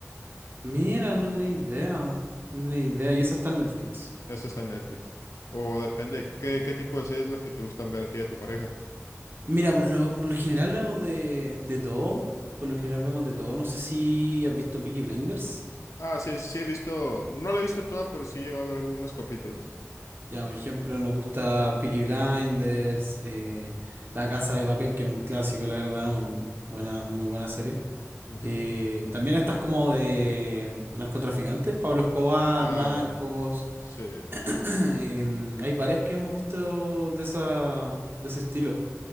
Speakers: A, on the right; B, on the left.
A: Mira, no tenía idea. No tenía idea. Y esa está en Netflix.
B: Esa está en Netflix. O depende, ¿qué, qué tipo de series las que te gustan ver a ti y a tu pareja?
A: Mira, por lo, por lo general vemos de, de todo. Por lo general vemos de todo. No sé si has visto Peaky Blinders.
B: Ah, sí, sí he visto, no la he visto toda, pero sí he llegado a ver algunos capítulos.
A: Ya, por ejemplo, nos gusta Peaky Blinders, eh, La Casa de Papel, que es un clásico, la verdad, un buena, muy buena serie.
B: Ujú.
A: Eh, también estas como de narcotraficantes, Pablo Escobar,
B: Ah,
A: Narcos.
B: sí.
A: <clears throat> em, hay varias que hemos visto de esa, de ese estilo.